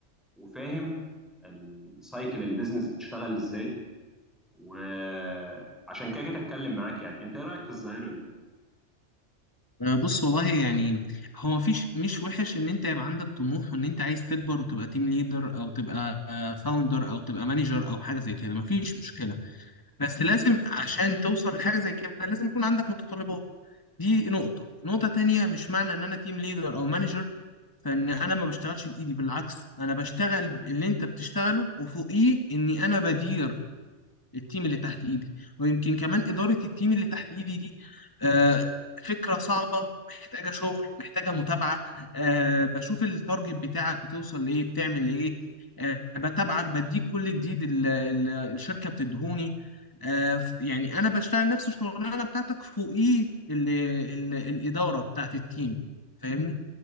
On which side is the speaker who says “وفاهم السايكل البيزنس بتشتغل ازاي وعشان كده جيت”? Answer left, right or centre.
Centre